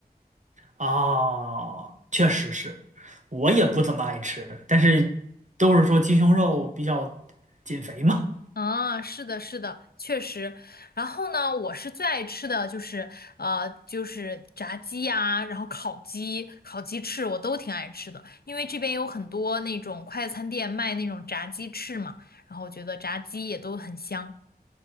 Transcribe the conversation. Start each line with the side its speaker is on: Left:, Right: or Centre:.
Right: 啊，确实是，我也不怎么爱吃，但是都是说鸡胸肉比较减肥嘛。
Left: 啊，是的，是的，确实。然后呢，我是最爱吃的就是呃，就是炸鸡呀、然后烤鸡、烤鸡翅，我都挺爱吃的。因为这边有很多那种快餐店卖那种炸鸡翅嘛，然后我觉得炸鸡也都很香。